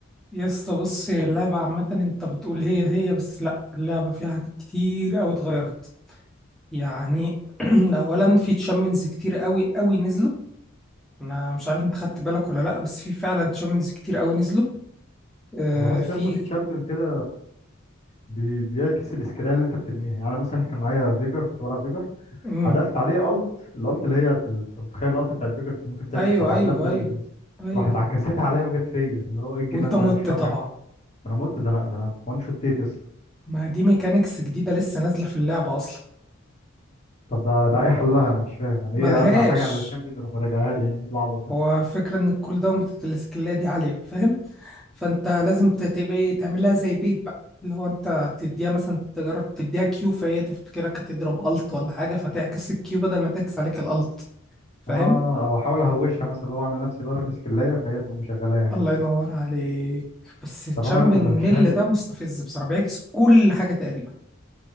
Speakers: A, in the centre; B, on the left (about 35°).
A: يا اسطى بص هي اللعبه عامه انت بتقول هي هي بس لا اللعبه فيها حاجات كتير قوي اتغيرت يعني <clears throat> اولا في تشامبيونز كتير قوي قوي نزلوا انا مش عارف انت خدت بالك ولا لا بس في فعلا تشامبيونز كتير قوي نزلوا آه
B: انا لاحظت
A: في
B: يا اسطى في تشامبيون كده بي- بيعكس السكيلات اللي انت بترميها يعني أنا مثلا كان معايا فيجر كنت بلعب فيجر
A: امم
B: حذفت عليه الت الالت اللي هي انت متخيل الالت بتاعت فيجر ممكن تعمل
A: ايوه
B: 7000
A: ايوه
B: دامج
A: ايوه
B: مثلا
A: ايوه
B: راحت عكستها عليا وجت فيا اللي هو ايه الجنان
A: وانت مت
B: ده مش فاهم
A: طبعا
B: حاجه انا مت ده انا ده انا وان شوت تيت يا اسطى
A: ما دي ميكانيكس جديده لسه نازله في اللعبه اصلا
B: طب ده ده
A: مم.
B: ايه حلها انا مش فاهم يعني
A: ملهاش
B: ايه ارمي حاجه على الشامبيون يروح راجعها لي يعني إيه العبط ده
A: هو الفكرة إن الكول داون بتاعت السكيلات دي عالية فاهم فأنت لازم ت- تبقى إيه تعملها زي بيت بقى اللي هو أنت تديها مثلا تجرب تديها كيو فهي تفتكرك هتضرب ألت ولا حاجة فتعكس الكيو بدل ما تعكس عليك الألت فاهم
B: اه او احاول اهوشها مثلا هو اعمل نفسي برمي سكلايه فهي تقوم مشغلاها يعني
A: الله ينور عليك بس تشامبيون
B: طب انا انا
A: ميل
B: مش فاهم
A: ده مستفز بصراحة بيعكس كل حاجة تقريبا